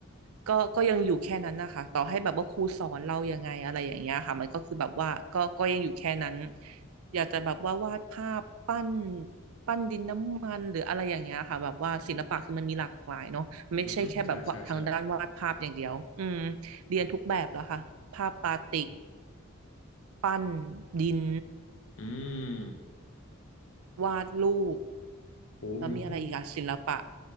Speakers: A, on the right; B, on the left.
A: ก็ก็ยังอยู่แค่นั้นนะคะต่อให้แบบว่าครูสอนเรายังไงอะไรอย่างเงี้ยค่ะมันก็คือแบบว่าก็ก็ยังอยู่แค่นั้นอยากจะแบบว่าวาดภาพปั้นปั้นดินน้ำมันหรืออะไรอย่างเงี้ยค่ะแบบว่าศิลปะคือมันมีหลากหลายเนาะไม่ใช่แค่แบบว่าทางด้านวาดภาพอย่างเดียวอืม
B: อือฮึใช่ใช่ใช่
A: เรียนทุกแบบแล้วค่ะภาพปาติกปั้นดิน
B: อืม
A: วาดรูป
B: โหไม่
A: แล้วมีอะไรอีกอะศิลปะ